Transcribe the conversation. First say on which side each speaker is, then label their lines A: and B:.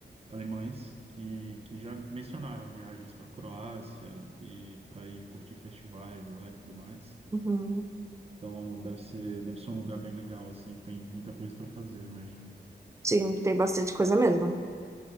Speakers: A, on the right (about 35°); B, on the right (about 15°).
A: alemães que, que já mencionaram viagens para Croácia e para ir curtir festivais lá e tudo mais.
B: Uhum.
A: Então deve ser deve ser um lugar bem legal assim, que tem muita coisa para fazer, imagino.
B: Sim, tem bastante coisa mesmo.